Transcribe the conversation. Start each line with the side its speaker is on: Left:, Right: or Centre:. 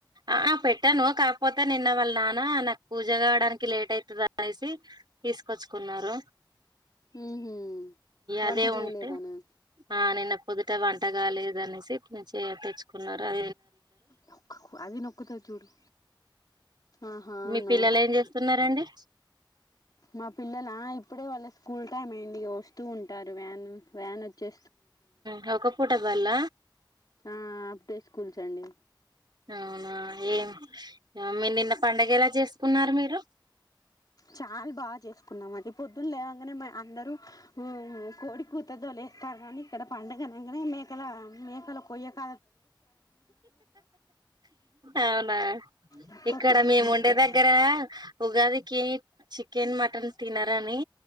Right: ఆ పెట్ టాను కాకపోతే నిన్న వాళ్ళ నాన్న నాకు పూజ కావడానికి లేట్ అయితది అనేసి తీసుకొచ్చుకున్నా ఉన్నారు
Left: ఉహు వంట
Right: అదే
Left: చేయలేదానా
Right: ఉంటే ఆ నిన్న పొదుట వంటగాలేదు అనేసి తే తెచ్చుకున్నారు అ
Left: నొక్కకు అది నొక్కుతది చూడు ఆహా అవునా
Right: మీ పిల్లలు ఏం చేస్తున్నారండి
Left: మా పిల్లల ఇప్పుడే వాళ్ళ స్కూల్ టైమ్ అయ్యింది ఇగ వస్తూ ఉంటారు వ్యాన్ వ్యాన్ వచ్చే
Right: హు ఒక్కపూట బల్ల
Left: ఆ హాఫ్ డే స్కూల్స్ అండి
Right: అవునా ఏం మీ నిన్న పండుగ ఎలా చేసుకున్నారు మీరు
Left: చాలా బాగా చేసుకున్నాం అండి పొద్దున్న లేవంగానే అందరూ కోడి కూతతో లేస్తారు కానీ ఇక్కడ పండుగనంగానే మేకల మేకల కొయ్యక
Right: అవునా
Left: నొక్కకు
Right: ఇక్కడ మేముండే
Left: నొక్కు
Right: దగ్గర ఉగాదికి చికెన్, మటన్ తినరని